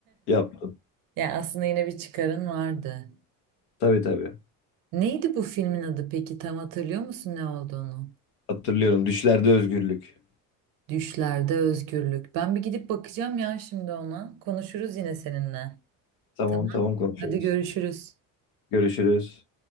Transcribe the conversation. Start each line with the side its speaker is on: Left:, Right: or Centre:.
Left: yaptım.
Right: Yani aslında yine bir çıkarın vardı.
Left: Tabii tabii.
Right: Neydi bu filmin adı peki? Tam hatırlıyor musun ne olduğunu?
Left: Hatırlıyorum. Düşlerde özgürlük.
Right: Düşlerde Özgürlük. Ben bir gidip bakacağım ya şimdi ona. Konuşuruz yine seninle.
Left: Tamam
Right: Tamam.
Left: tamam konuşuruz.
Right: Hadi görüşürüz.
Left: Görüşürüz.